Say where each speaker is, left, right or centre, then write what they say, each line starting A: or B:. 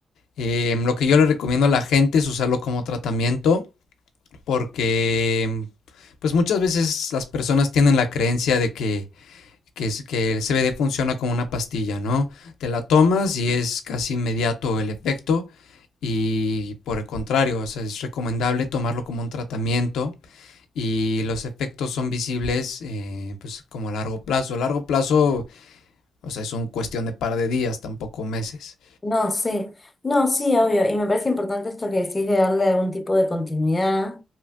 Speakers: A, on the left; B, on the left.
A: Eh, lo que yo le recomiendo a la gente es usarlo como tratamiento porque pues muchas veces las personas tienen la creencia de que, que, es- que el CBD funciona como una pastilla, ¿no? Te la tomas y es casi inmediato el efecto y por el contrario, o sea, es recomendable tomarlo como un tratamiento y los efectos son visibles eh, pues como a largo plazo. A largo plazo, o sea, es una cuestión de par de días, tampoco meses.
B: No, sí, no, sí, obvio. Y me parece importante esto que decís de darle algún tipo de continuidad,